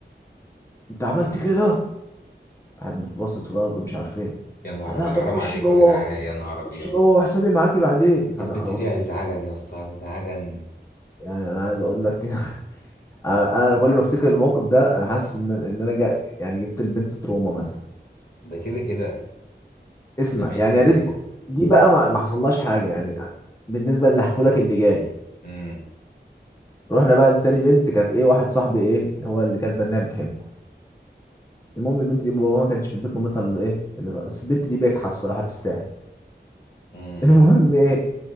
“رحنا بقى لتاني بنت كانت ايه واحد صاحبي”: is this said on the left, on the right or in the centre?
Left